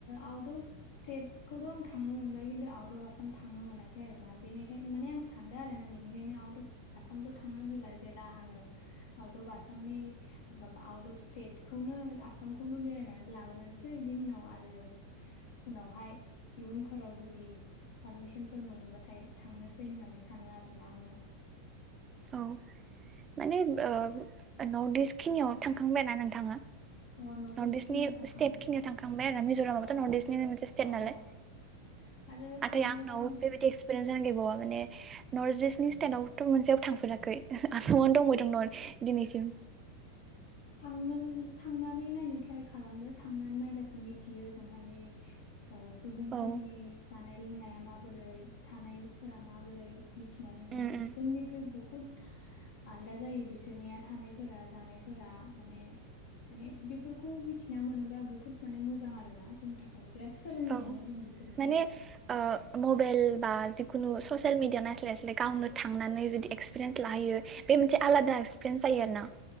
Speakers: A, on the left; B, on the right.
A: आउट अफ टेटखौथ' आं थांनो मोनबाय खिन्थु आउट अफ आसाम थांनो मोनाखै आरोना बेनिखायनो माने आं सानदों आरो ना बेनिखायनो आउट अफ आसामथ' थांनो होला जेला आङो आउट अफ आसामनि माबा आउट अफ स्टेटखौनो आसामख खौनो बेरायनानै लाग्रोनोसै बिनि उनाव आरो उनावहाय इयुनफोराव जुदि पारमिसनफोर मोनोबाथाय थांनोसै होननानै सानो आरोना आङो।
B: औ माने ओ न'र्थ इस खिनियाव थांखांबायना नोंथाङा?
A: अ
B: नर्थ
A: इस्टखिनियाव
B: इस्टनि
A: थांखांबाय
B: स्टेट खिनियाव थांखांबाय आरो मिज'रामाबोथ'
A: अ अ
B: नर्थ इस्टनि स्टेट
A: अ
B: नालाय
A: आरो
B: नाथाय
A: थांबावनाय
B: आंनाव बेबायदि एक्सपिरियेन्स जान गैबावा माने नर्थ इस्टनि स्टेटआवथ' मोनसेयाव थांफेराखै आसामनो दंबावदं न दिनैसिम।
A: थांनोन थांनानै नायनो ट्राय खालामदो थांनानै नायबासो मिथियो ओजोंहायनि ओ सुबुंफोरनि
B: औ
A: जानाय लोंनाय या माबोरै थानाय फोरा माबोरै? मिथिनानै मोनो
B: उम उम
A: <unintelligible> बुहुद आलदा जायो बिसोरनिया थानायफोरा जानायफोरा माने माने बेफोरखौ मिथिना मोनोबा बुहुद माने मोजां आरोना जोंनि थाखाय बिराद सोलोंनो
B: औ
A: मोनो जों बिसोरनिफ्राय
B: माने ओ मबेइल बा जेखुनु ससियेल मिदिया नायजस्लाय स्लाय गावनो थांनानै जुदि एक्सपिरियेन्स लाहैयो बे मोनसे आलादा एक्सपिरियेन्स जायो आरो ना?